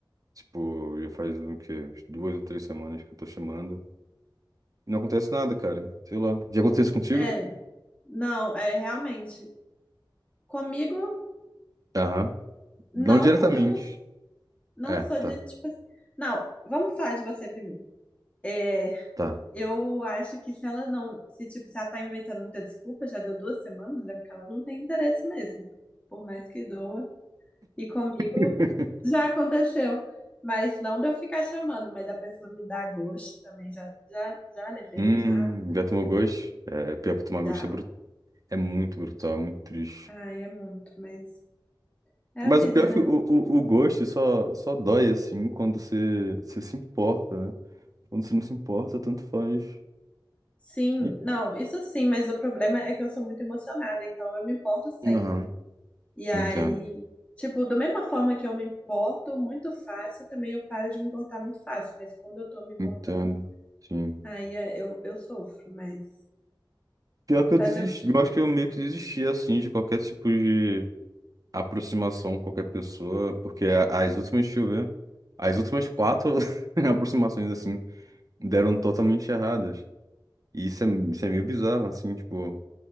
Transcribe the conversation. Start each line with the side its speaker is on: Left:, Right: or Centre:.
Right: Tipo, já faz o quê? Umas Duas ou três semanas que eu tô chamando. E não acontece nada, cara. Sei lá. Já aconteceu isso contigo?
Left: É, não, é realmente. Comigo,
Right: Aham.
Left: não,
Right: Não diretamente.
Left: porque eu não, não
Right: É,
Left: sou
Right: tá,
Left: de tipo. assim- Não, vamos falar de você primeiro. É,
Right: tá.
Left: eu acho que se ela não. Se, tipo, se ela tá inventando muita desculpa, já deu duas semanas, é porque ela não tem interesse mesmo. Por mais que doa. E comigo
Right: <laughs>
Left: já aconteceu. Mas não de eu ficar chamando, mas da pessoa me dar gosto também. Já, já, já levei,
Right: Hum,
Left: já.
Right: já tomou gosto? É, pior que tomar
Left: Já.
Right: gosto é, bru- é muito brutal, é muito triste.
Left: Ai, é muito, mas é
Right: Mas
Left: a vida,
Right: o pior
Left: né?
Right: é que o, o, o gosto só, só dói, assim, quando você, você se importa, né? Quando você não se importa, tanto faz.
Left: Sim,
Right: E...
Left: não, isso sim, mas o problema é que eu sou muito emocionada, então eu me importo sempre.
Right: Aham,
Left: E aí,
Right: entendo.
Left: tipo, da mesma forma que eu me importo muito fácil, também eu paro de me importar muito fácil, mas quando eu tô me importando,
Right: Entendo, sim.
Left: aí é- eu, eu sofro, mas
Right: Pior que eu
Left: fazer
Right: desisti,
Left: o quê?
Right: eu acho que eu meio que desisti assim de qualquer tipo de aproximação com qualquer pessoa, porque a- as últimas, deixa eu ver, as últimas quatro <laughs> aproximações assim deram totalmente erradas. E isso é, isso é meio bizarro, assim, tipo,